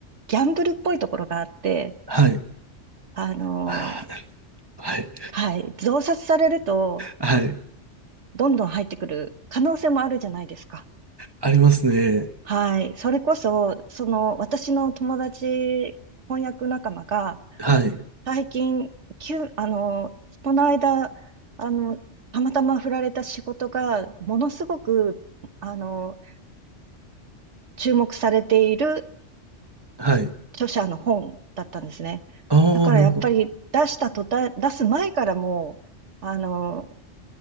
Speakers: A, on the right; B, on the right.
A: ギャンブルっぽいところがあって、
B: はい。
A: あの
B: ああ、なるはい。
A: はい、増刷されると、
B: はい。
A: どんどん入ってくる可能性もあるじゃないですか。
B: ありますね。
A: はい、それこそ、その私の友達、翻訳仲間が、
B: はい。
A: 最近、急、あのこの間、あの、たまたま振られた仕事が、ものすごく、あの注目されている
B: はい。
A: 著者の本だったんですね。
B: ああ、
A: だからやっぱり出した途端、
B: なるほど。
A: 出す前からもう、あの、